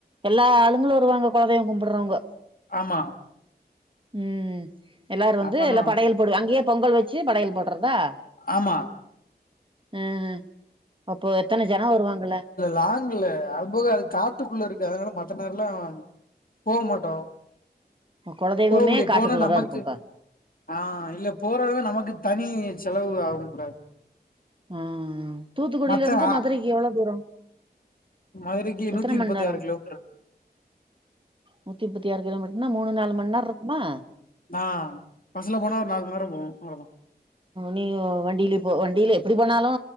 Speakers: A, on the right; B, on the left.
A: எல்லா ஆளுங்களு வருவாங்க குலதெய்வம் கும்பிட்றவங்க
B: ஆமா
A: ம் எல்லாரு வந்து
B: அப்பதா
A: எல்லா படையல் போடுவ அங்கேயே பொங்கல் வச்சு படையல் போட்றதா
B: ஆமா
A: ம் ம் அப்போ எத்தன ஜனோ வருவாங்கள
B: லாங்குல அதுபோக அது காட்டுக்குள்ள இருக்கு அதனால மத்த நேரலா போவ் மாட்டோ
A: குலதெய்வமே
B: போவ் முடியாத்
A: காட்டுக்குள்ளதா
B: போனா நம்மக்கு
A: இருக்கும்ப்பா
B: ஆ இல்ல போறதுனா நமக்கு தனி செலவு ஆகும் பொல
A: ம் ம் தூத்துக்குடிலருந்து
B: மத்த ஆ
A: மதுரைக்கு எவ்ளோ தூரம்
B: மதுரைக்கு
A: எத்தன
B: நூத்தி
A: மணி
B: முப்பத்தி
A: நேரோ
B: ஆறு கிலோமீட்டர்
A: நூத்திமுப்பத்தாறு கிலோ மீட்டர்னா மூணு நாலு மணி நேரோ இருக்குமா
B: ஆ பஸ்சுல போனா ஒரு நாலு மணி நேரோ போவோம் அவ்ளோ தா
A: நீங்க வ வண்டிலே போ வண்டிலே எப்டி போனாலு